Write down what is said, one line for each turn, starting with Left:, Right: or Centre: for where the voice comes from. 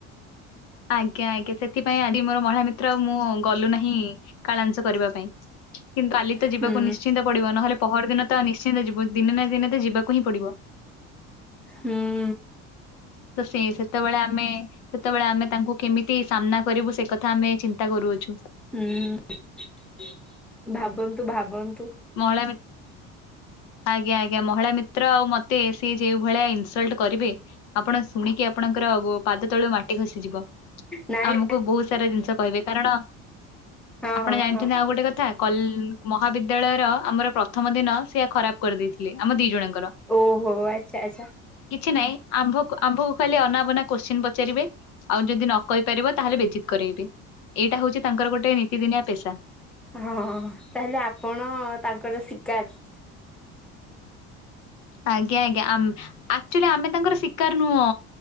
Left: ଆଜ୍ଞା ଆଜ୍ଞା ସେଥିପାଇଁ ଆଜି ମୋର ମହିଳା ମିତ୍ର ମୁଁ ଗଲୁ ନାହିଁ କାଳାଂସ କରିବା ପାଇଁ। କିନ୍ତୁ ଆଲି ତ ଯିବାକୁ
Centre: ହୁଁ
Left: ନିଶ୍ଚିନ୍ତ ପଡିବ ନହେଲେ ପହର ଦିନ ତ ନିଶ୍ଚିନ୍ତ ଯିବ ଦିନେ ନା ଦିନେ ତ ଯିବାକୁ ହିଁ ପଡିବ।
Centre: ହୁଁ।
Left: ତ ସେ ସେତେବେଳେ ଆମେ ସେତେବେଳେ ଆମେ ତାଙ୍କୁ କେମିତି ସାମ୍ନା କରିବୁ ସେ କଥା କଥା ଆମେ ଚିନ୍ତା କରୁଅଛୁ।
Centre: ହୁଁ ଭାବନ୍ତୁ ଭାବନ୍ତୁ।
Left: ମହିଳା ମି ଆଜ୍ଞା ଆଜ୍ଞା ମହିଳା ମିତ୍ର ଆଉ ମ୍ ତେ ସେ ଯେଉ ଭଳିଆ ଇନସଲ୍ଟ କରିବେ ଆପଣ ଶୁଣିକି ଆପଣଙ୍କର ବ ପାଦ ତଳୁ ମାଟି ଖସିିଯିବ।
Centre: ନାଇଁ
Left: ଆମକୁ ବହୁତ ସାରା ଜିନିଷ କହିବେ କାରଣ
Centre: ହଁ
Left: ଆପଣ
Centre: ହଁ
Left: ଜାଣିଛନ୍ତି
Centre: ହଁ
Left: ଆଉ ଗୋଟେ କଥା କଲ ମହାବିଦ୍ୟାଳୟର ଆମର ପ୍ରଥମ ଦିନ ସିଏ ଖରାପ କରିଦେଇଥିଲେ ଆମ ଦି ଜଣଙ୍କର।
Centre: ଓହୋ ଆଚ୍ଛା ଆଚ୍ଛା।
Left: କିଛି ନାଇଁ ଆମ୍ଭକୁ ଆମ୍ଭକୁ ଖାଲି ଅନାବନା କୋଶ୍ଚିନ୍ ପଚାରିବେ! ଆଉ ଯଦି ନକରିପାରିବ ତାହେଲେ ବେଜିତ କରେଇବେ, ଏଇଟା ହଉଚି ତାଙ୍କର ଗୋଟେ ନିତିଦିନିଆ ପେସା।
Centre: ହଁ ହଁ ଅଁ ତାହେଲେ ଆପଣ ତାଙ୍କର ଶିକାର।
Left: ଆଜ୍ଞା ଆଜ୍ଞା ଆମ ଆଚୁଆଲି ଆମେ ତାଙ୍କର ଶିକାର ନଅଁ!